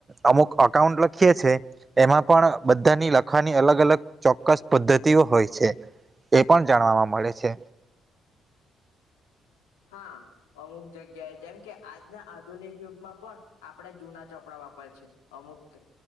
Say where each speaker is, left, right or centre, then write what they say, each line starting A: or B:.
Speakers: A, on the right; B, on the left.
A: અમુક અકાઉન્ટ લખીએ છે, એમાં પણ બધાની લખવાની અલગ અલગ ચોક્કસ પદ્ધતિઓ હોય છે, એ પણ જાણવાવામાં મળે છે.
B: હા અમુક જગ્યાએ જેમ કે આજના આધુનિક યુગમાં પણ આપણે જુના ચોપડા વાપરે છે, અમુક